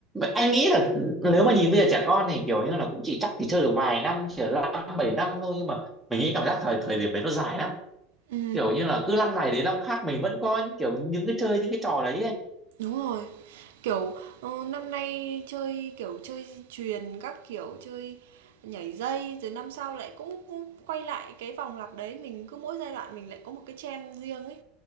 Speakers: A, in the centre; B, on the right.
A: anh nghĩ là nếu mà nhìn bây giờ trẻ con thì kiểu như là cũng chỉ chắc chỉ chơi được vài năm chỉ là năm bảy năm thôi nhưng mà mình nghĩ cảm giác thời thời điểm đấy nó dài lắm
B: Ừ,
A: kiểu như là cứ năm này đến năm khác mình vẫn có những kiểu những cái chơi những cái trò đấy ấy.
B: đúng rồi. Kiểu ờ, năm nay chơi kiểu chơi chuyền các kiểu chơi nhảy dây rồi năm sau lại cũng cũng quay lại cái vòng lặp đấy mình cứ mỗi giai đoạn mình lại có một cái trend riêng ấy.